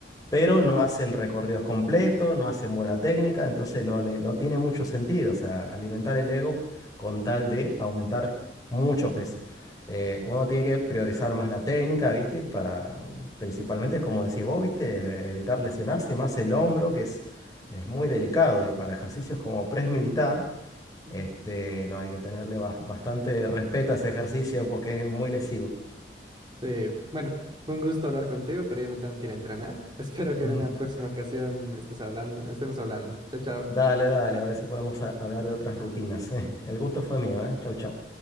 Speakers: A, on the left; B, on the right.
A: pero no hacen recorridos completos, no hacen buena técnica, entonces no le, no tiene mucho sentido, o sea, alimentar el ego con tal de aumentar mucho peso. Eh, uno tiene que priorizar más la técnica, ¿viste? Para, principalmente, como decís vos, ¿viste? Evitar lesionarse, y más el hombro, que es, es muy delicado, y para ejercicios como press militar,
B: Mm.
A: este, no hay que tenerle ba- bastante respeto a ese ejercicio porque es muy lesivo.
B: Sí, bueno, un gusto hablar contigo, pero yo me tengo que ir a entrenar. <laughs> Espero que
A: <laughs>
B: en una próxima ocasión estés hablando, estemos hablando. Chao, chao.
A: Dale, dale, a ver si podemos a- hablar de otras rutinas. <laughs> El gusto fue mío, ¿eh? Chau, chau.